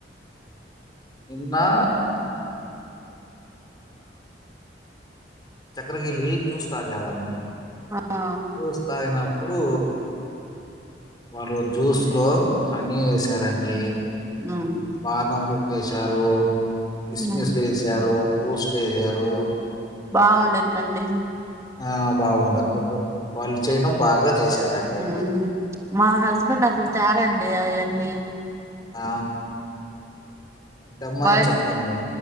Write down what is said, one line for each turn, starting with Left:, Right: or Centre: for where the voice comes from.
Left: నిన్నా చక్కరకేళి జూస్ తాగావ అండి
Right: ఆ
Left: జ్యూస్ తాగినప్పుడు వారు జ్యూస్ లో హనీ వేసారండి
Right: ఉమ్
Left: బాదం పప్పు వేసారు కిస్మిస్లు
Right: ఉమ్
Left: ఏసారు బూస్ట్ ఏసారు
Right: బాగుండిద్దండి
Left: ఆ బాగుండదు ఇప్పుడు వాళ్ళు చేయడం బాగా చేసారండి అది
Right: ఉమ్ మా హస్బెండ్ అసలు తెరండి అవన్నీ
Left: ఆ తెమ్మని
Right: బయ
Left: చెప్పండి